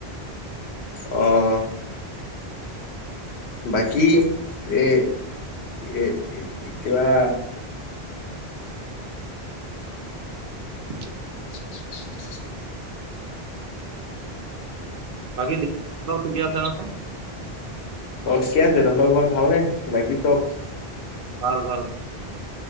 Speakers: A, on the left; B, on the right.
A: অ'। বাকী এ এ, কিবা
B: <unintelligible>
A: <unintelligible>
B: বাকী ঠিকে আছে নহয়?
A: অ' ঠিকে আছে, তহঁতৰ ঘৰত ভাল নে, বাকী চব?
B: ভাল ভাল।